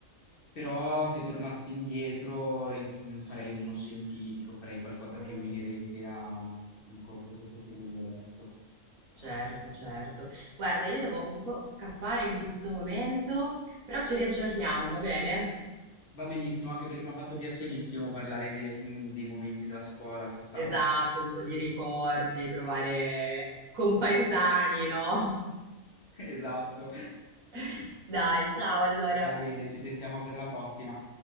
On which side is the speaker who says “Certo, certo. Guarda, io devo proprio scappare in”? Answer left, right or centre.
Right